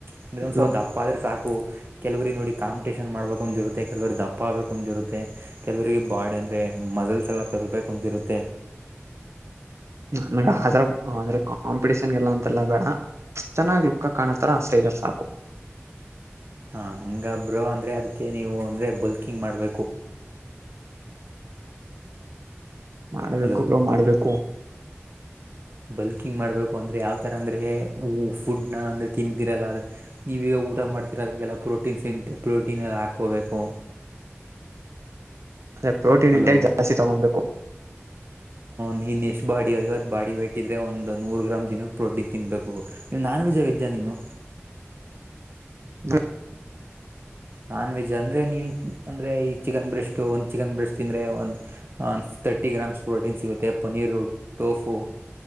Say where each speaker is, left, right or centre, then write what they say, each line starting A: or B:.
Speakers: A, on the right (about 50°); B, on the right (about 75°).
A: ಅಂದೆ ಒಂದ್ ಸ್ವಲ್ಪ
B: ಲುಕ್
A: ದಪ್ಪ ಆದ್ರೆ ಸಾಕು ಕೆಲವ್ರಿಗೆ ನೋಡಿ ಕಾಂಪಿಟೇಷನ್ ಮಾಡ್ಬೇಕು ಒಂದಿರುತ್ತೆ ಕೆಲವ್ರ ದಪ್ಪ ಆಗ್ಬೇಕು ಒಂದಿರುತ್ತೆ ಕೆಲವರಿಗೆ ಬಾಡಿ ಅಂದ್ರೆ ಮಜಲ್ಸ ಎಲ್ಲ ತರ್ಬೇಕು ಅಂತಿರುತ್ತೆ
B: <unintelligible> ನನಗ್ ಆ ತರ ಅಂದ್ರೆ ಕಾಂಪಿಟಷನ್ಗೆಲ್ಲ ಅಂತೆಲ್ಲ ಬೇಡ ಚನ್ನಾಗ್ ಲುಕ್ ಕಾಣೋತರ ಅಷ್ಟೇ ಇದ್ರೆ ಸಾಕು
A: ಹಾ ಹಂಗ ಬ್ರೋ ಅಂದ್ರೆ ಅದಕ್ಕೆ ನೀವು ಅಂದ್ರರೆ ಬಲ್ಕಿಂಗ್ ಮಾಡ್ಬೇಕು
B: <unintelligible> ಮಾಡ್ಬೇಕು
A: ಹಲೋ
B: ಬ್ರೋ ಮಾಡ್ಬೇಕು
A: ಬಲ್ಕಿಂಗ್ ಮಾಡ್ಬೇಕು ಅಂದ್ರೆ ಯಾವ್ತರ ಅಂದ್ರೆ ಫುಡ್ ನ ಅಂದ್ರೆ ತಿಂದರಲ್ಲ ನೀವೀಗ ಊಟ ಮಾಡ್ತಿೀರ ಅದ್ರೆಲ್ಲ ಪ್ರೋಟೀನ್ಸ್ ಇಂಟೆ ಪ್ರೋಟೀನ್ ಎಲ್ಲ ಹಾಕೋಬೇಕು
B: <unintelligible> ಅದೇ ಪ್ರೋಟೀನ್
A: ಹಲೋ
B: ಇಂಟೆಂಗ್ ಜಾಸ್ತಿ ತಗೊಬೇಕು
A: ನೀನು ಬಾಡಿ ಐವತ್ತು ಬಾಡಿ ವೇಟ್ ಇದ್ರೆ ಒಂದು ನೂರು ಗ್ರಾಮ್ ದಿನಕ್ಕೆ ಪ್ರೋಟೀನ್ ತಿನ್ಬೇಕು ನೀ ನಾನ್ ವೆಜ್ ವೆಜ್ ನೀನು
B: <unintelligible> <unintelligible>
A: ನಾನ್ ವೆಜ್ ಅಂದ್ರೆ ನೀವು ಅಂದ್ರೆ ಈ ಚಿಕನ್ ಬ್ರೆಸ್ಟ್ ಒಂದ್ ಚಿಕನ್ ಬ್ರೆಸ್ಟ್ ತಿಂದ್ರೆ ಒ ಒಂದ್ ತರ್ಟಿ ಗ್ರಾಮ್ಸ್ ಪ್ರೋಟೀನ್ ಸಿಗುತ್ತೆ ಪನೀರು ಟೋಫು